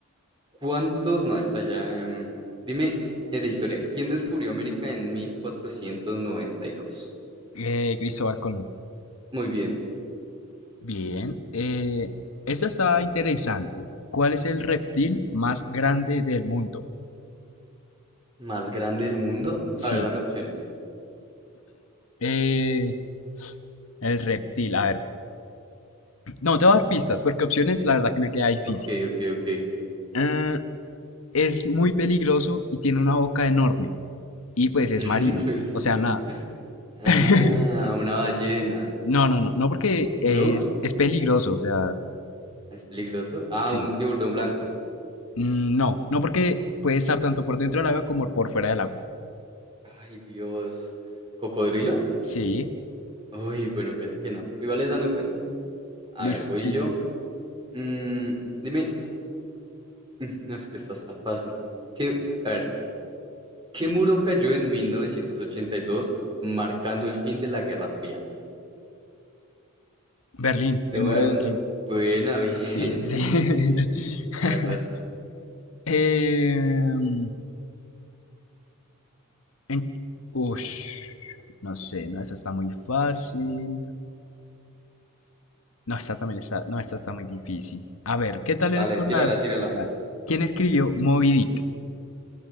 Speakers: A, on the right; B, on the left.
A: ¿cuántos? No, está ya. em, Dime, eh, de historia, ¿quién descubrió América en 1492?
B: Eh, Cristóbal Colón.
A: Muy bien.
B: Bien. Eh, esta está interesante. ¿Cuál es el reptil más grande del mundo?
A: ¿Más grande del mundo?
B: Sí.
A: A ver, dame opciones.
B: eh, el reptil. A ver. No, te voy a dar pistas, porque opciones, la verdad que me queda difícil.
A: Ok, ok, ok.
B: Eh, es muy peligroso y tiene una boca enorme. Y pues es
A: <laughs>
B: marino.
A: Pues sí,
B: O sea,
A: ¿no?
B: nada.
A: Ah,
B: <laughs>
A: una ballena.
B: No, no, no, no porque
A: ¿No?
B: es, es peligroso, o sea,
A: ¿Es peligroso?
B: es-
A: Ah,
B: sí.
A: un tiburón blanco.
B: Mm, No, no porque puede estar tanto por dentro del agua como por fuera del agua.
A: Ay, Dios. ¿Cocodrilo?
B: Sí,
A: Uy, bueno, casi que no. Igual esa no cuenta. A
B: listo,
A: ver, voy
B: sí,
A: yo.
B: sí.
A: Mm, dime, <laughs> no, es que esta está fácil. ¿Qué, a ver, ¿qué muro cayó en 1982 marcando el fin de la Guerra Fría?
B: Berlín,
A: Te
B: el
A: voy
B: muro
A: a dar
B: de
A: un...
B: Berlín.
A: Buena, <laughs> bien,
B: Sí, sí.
A: muy bien, muy bien.
B: <laughs>
A: A ver, vas.
B: Em, en- ush, no sé, no, esa está muy fácil. No, esta también está, no, esta está muy difícil. A ver, ¿qué tal
A: Dale,
B: eres con
A: tírala,
B: las...
A: tírala.
B: a ver, ¿quién escribió Moby Dick?